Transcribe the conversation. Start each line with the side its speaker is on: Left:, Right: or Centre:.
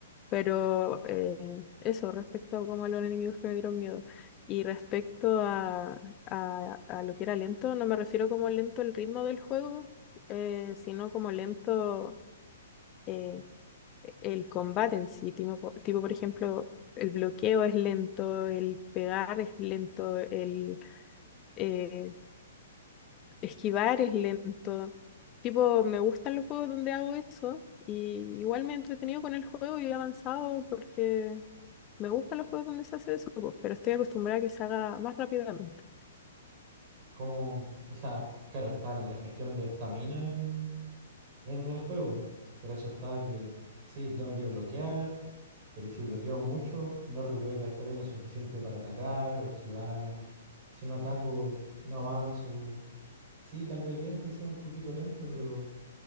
Left: Pero eh, eso, respecto a como a los enemigos que me dieron miedo. Y respecto a, a, a lo que era lento, no me refiero como lento el ritmo del juego, eh, sino como lento eh, el combate en sí, tipo, tipo, por ejemplo, el bloqueo es lento, el pegar es lento, el eh, esquivar es lento. Tipo, me gustan los juegos donde hago eso y igual me he entretenido con el juego y he avanzado porque me gustan los juegos donde se hace eso, po, pero estoy acostumbrada a que se haga más rápidamente.
Right: Como, o sea, claro, está la gestión de estamina en, en el juego. Por eso estaba que sí, tengo que bloquear, pero si bloqueo mucho, no recupero la estamina suficiente para atacar o esquivar. Si no ataco, no avanzo. Sí, tal vez el gameplay sea un poquito lento, pero